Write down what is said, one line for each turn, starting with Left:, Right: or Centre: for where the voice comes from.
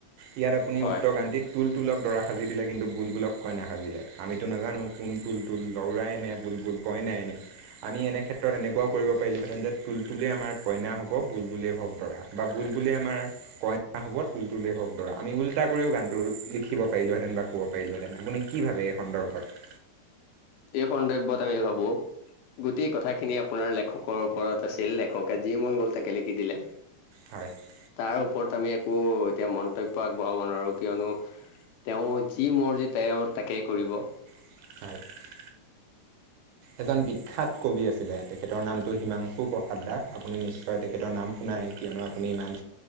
Right: ইয়াত আপুনি
Left: হয়।
Right: উক্ত গানটিত, তুল তুললক দৰা সাজি দিলে কিন্তু বুল বুলক কইনা সাজিলে আমিতো নাজানো কোন তুল-তুল লৰাই এ নে, বুলবুল কইনা এনে, আমি এনে ক্ষেত্ৰত এনে কৰিব পাৰিলোহেতেন যে তুল তুলে আমাৰ কইনা হ'ব, বুল বুলেই হওক দৰা বা বুল বুল আমাৰ কই হ'ব তুল তুলে হক দৰা আমি উল্টা কৰিও গানটো লিখিব পাৰিলো হেতেন বা' কব পাৰিলো হেতেন আপুনি কি ভাবে। আৰু সন্দৰ্ভত।
Left: এই সন্দৰ্ভ্যত আমি ভাবো গোটেই কথাখিনি আপোনাৰ লেখকৰ ওপৰত আছিল, লেখকে যি মন গ'ল তাকে লিখি দিলে।
Right: হয়
Left: তাৰ ওপৰত আমি একো এতিয়া মন্তব্য আগবঢ়াব নোৱাৰোঁ। কিয়নো তেওঁ যি মৰজি তেওঁ তাকেই কৰিব।
Right: <inaudible> এজন বিখ্যাত কবি আছিলে, তেখেতৰ নামটো হিমাংশু প্ৰসাদ দাস আপুনি নিশ্চয় তেখেতৰ নাম শুনা কিয়নো আপুনি ইমান